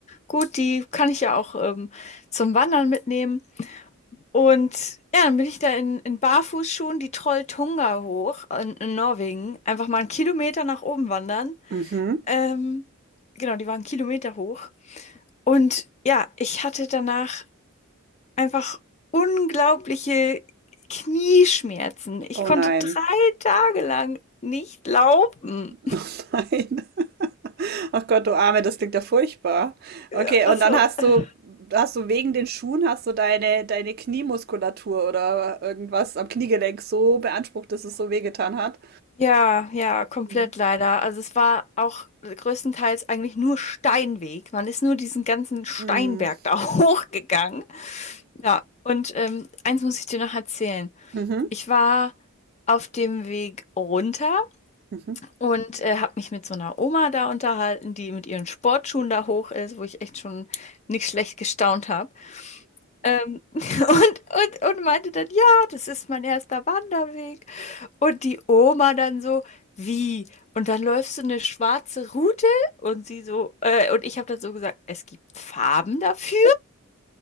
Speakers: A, on the left; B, on the right.
A: gut, die kann ich ja auch ähm, zum Wandern mitnehmen. Und ja, dann bin ich da in, in Barfußschuhen die Trolltunga hoch in, in Norwegen, einfach mal einen Kilometer nach oben wandern.
B: Mhm.
A: Ähm, genau, die waren Kilometer hoch. Und ja, ich hatte danach einfach unglaubliche Knieschmerzen. Ich
B: Oh
A: konnte
B: nein.
A: drei Tage lang nicht laufen.
B: <laughs> Oh nein. Ach Gott, du Arme, das klingt ja furchtbar. Okay,
A: Ja, das
B: und dann
A: war,
B: hast
A: äh.
B: du, hast du wegen den Schuhen, hast du deine, deine Kniemuskulatur oder irgendwas am Kniegelenk so beansprucht, dass es so wehgetan hat.
A: ja, ja, komplett
B: Mhm.
A: leider. Also es war auch größtenteils eigentlich nur Steinweg. Man ist nur diesen ganzen Steinberg
B: Mhm.
A: da <laughs> hochgegangen. Ja, und ähm, eins muss ich dir noch erzählen.
B: Mhm.
A: Ich war auf dem Weg runter
B: Mhm.
A: Und äh, habe mich mit so einer Oma da unterhalten, die mit ihren Sportschuhen da hoch ist, wo ich echt schon nicht schlecht gestaunt habe. Ähm, <laughs> und, und, und meinte dann, ja, das ist mein erster Wanderweg. Und die Oma dann so, wie? Und dann läufst du eine schwarze Route? Und sie so, äh, und ich habe dann so gesagt, es gibt Farben dafür?